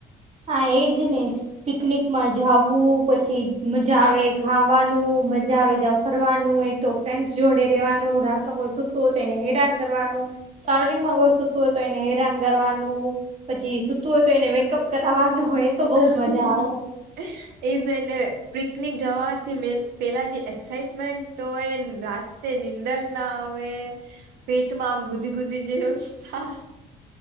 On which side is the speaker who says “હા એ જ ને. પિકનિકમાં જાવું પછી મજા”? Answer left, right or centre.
Right